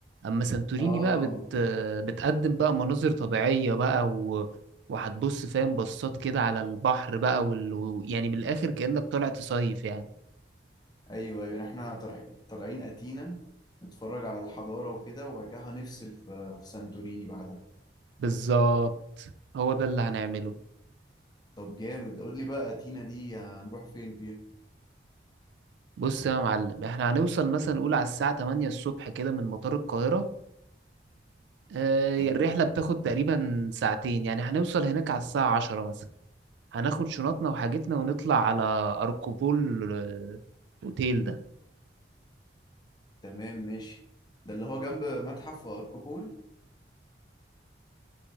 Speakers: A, on the right; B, on the left.
A: أما سانتوريني
B: آه
A: بقى بت بتقدم بقى مناظر طبيعية بقى و... وهتبص فاهم بصات كده على البحر بقى وال... و- يعني من الآخر كأنك طالع تصيف يعني
B: أيوه أيوه يعني احنا طالع- طالعين أتينا نتفرج على الحضارة وكده وبعد كده هنفصل في في سانتوريني بعدها
A: بالظبط هو ده اللي هنعمله
B: طب جامد قول لي بقى تينا دي هنروح فين فيها
A: بص يا معلم احنا هنوصل مثلا نقول على الساعة 8 الصبح كده من مطار القاهرة اه
B: تمام
A: هي الرحلة بتاخد تقريبا ساعتين يعني هنوصل هناك على الساعة 10 مثلا هناخد شنطنا وحاجتنا ونطلع على أركوبول آه، أوتيل ده
B: تمام ماشي ده اللي هو جنب متحف اركوبول